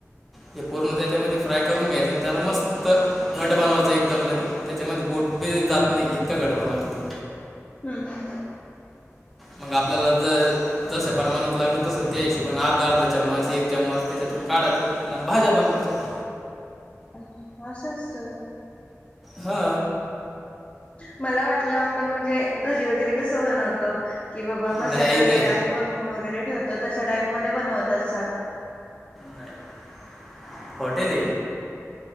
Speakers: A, in the centre; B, on the left.
A: हे पूर्ण त्या त्यामध्ये फ्राय करून घ्यायचं आणि त्याला मस्त घट बनवायचं एकदम लगे त्याच्यामध्ये बोट बी जात नाही इतका घट बनवतोम म्ही
B: हम्.
A: मग आपल्याला जर. जस परमाणत लागलं तस त्या हिशोबने अर्धा अर्धा चम्मच एक चम्मच त्याच्यातून काढायचं. न भाजा बनूवाच्या आहे.
B: अच्छ असं अस.
A: हा.
B: मला वाटलं आपण म्हणजे घरी वगैरे कस बनवत. कि बाबा मसाले
A: नाही
B: वगैरे
A: नाही
B: आधी बनवून वगैरे ठेवतो तशा टाईप मध्ये बनवत अस ल.
A: नाही फॉटेल.